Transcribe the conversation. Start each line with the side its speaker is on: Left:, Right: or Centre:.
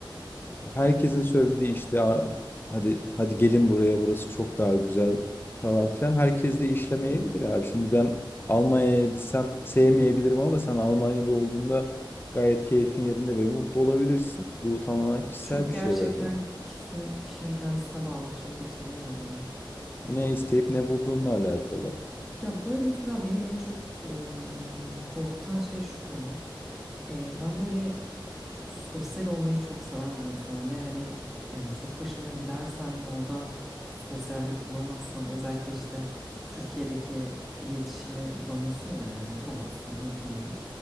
Left: herkesin söylediği işte "Aa, hadi hadi gelin buraya burası çok daha güzel falan filan. Herkes de işlemeyebilir abi. Şimdi ben Almanya'ya gitsem sevmeyebilirim ama sen Almanya'da olduğunda gayet keyfin yerinde ve mutlu olabilirsin. Bu tamamen
Centre: Evet
Left: kişisel
Centre: bu çok
Left: bir
Centre: gerçekten
Left: şey bence.
Centre: kişinin, kişinin kendisine bağlı bir şey katılıyorum buna.
Left: Ne isteyip ne bulduğunla alakalı.
Centre: Ya böyle mesela beni en çok e, korkutan şey şu konu. E, ben böyle sosyal olmayı çok seven bir insanım ve hani yani tek başıma gidersem ve orada sosyallik bulamazsam özellikle işte Türkiye'deki iletişimi bulamıyorsun ya yani bulamazsın mümkün değil.